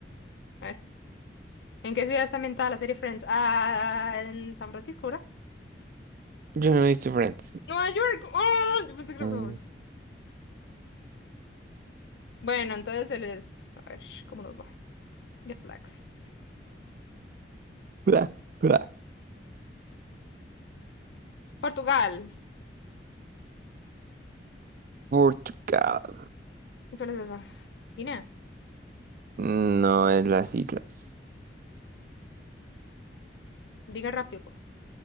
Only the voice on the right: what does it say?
Yo no he visto Friends.
Mm,
<laughs> bla, bla.
Portugal.
No es las islas.